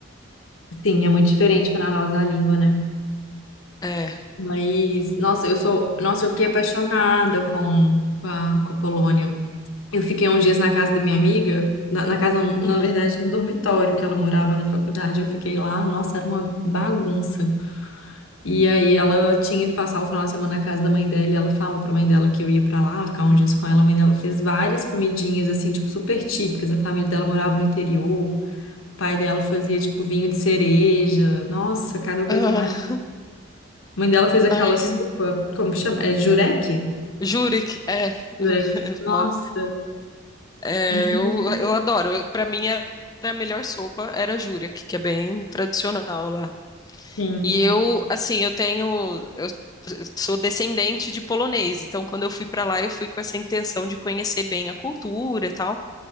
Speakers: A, on the left (about 80°); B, on the left (about 20°).
A: Sim, é muito diferente para nós a língua, né?
B: É.
A: Mas, nossa, eu sou, nossa, eu fiquei apaixonada com, com a, com a Polônia. Eu fiquei uns dias na casa da minha amiga, na, na casa, não, na
B: Hum.
A: verdade, no dormitório que ela morava na faculdade. Eu fiquei lá, nossa, era uma bagunça. E aí ela tinha ido passar o final de semana na casa da mãe dela, e ela falou pra mãe dela que eu ia pra lá, ficar uns dias com ela. A mãe dela fez várias comidinhas assim, tipo, super típicas. A família dela morava no interior. O pai dela fazia tipo vinho de cereja. Nossa, cada coisa
B: Ah,
A: mais a mãe dela
B: <laughs>
A: fez aquela
B: ai, que...
A: sopa, como que chama? É jurek?
B: Jurek, é.
A: Jurek.
B: <laughs>
A: Nossa,
B: Uma- é,
A: muito
B: eu,
A: bom.
B: eu adoro. Para mim, era a melhor sopa era Jurek, que é bem tradicional lá.
A: sim.
B: E eu, assim, eu tenho, eu sou descendente de polonês, então quando eu fui para lá, eu fui com essa intenção de conhecer bem a cultura e tal.